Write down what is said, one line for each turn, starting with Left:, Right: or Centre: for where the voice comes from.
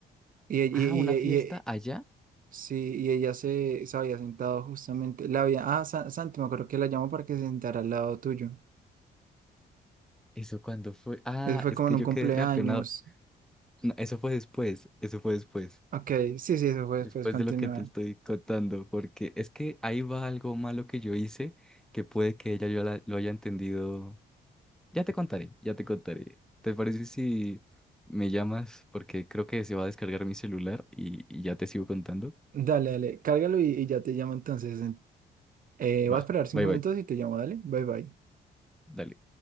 Right: Y, y, y,
Centre: ah, una
Right: y-
Centre: fiesta
Right: y-
Centre: allá.
Right: sí, y ella se, se había sentado justamente. La había, ah, Sa- Santi, me acuerdo que la llamó para que se sentara al lado tuyo.
Centre: ¿Eso cuando fue? Ah,
Right: Eso fue
Centre: es
Right: como
Centre: que
Right: en un
Centre: yo
Right: cumpleaños.
Centre: quedé reapenado. No, eso fue después, eso fue después.
Right: Ok, sí, sí, eso fue
Centre: después
Right: después. Continúa.
Centre: de lo que te estoy contando, porque es que ahí va algo malo que yo hice que puede que ella yo la- lo haya entendido. Ya te contaré, ya te contaré. ¿Te parece si me llamas? Porque creo que se va a descargar mi celular y, y ya te sigo contando.
Right: Dale, dale, cárgalo y, y ya te llamo entonces. Eh,
Centre: Va,
Right: voy a esperar cinco
Centre: bye bye,
Right: minutos y te llamo, dale. Bye bye.
Centre: dale.